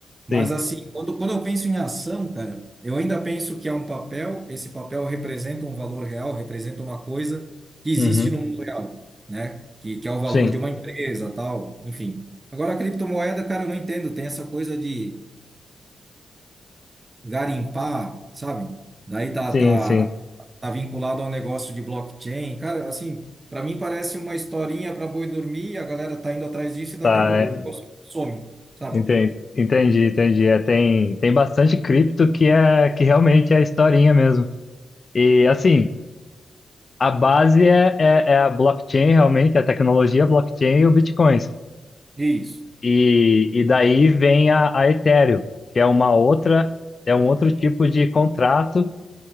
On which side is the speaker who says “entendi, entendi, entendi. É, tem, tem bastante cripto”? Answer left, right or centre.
Left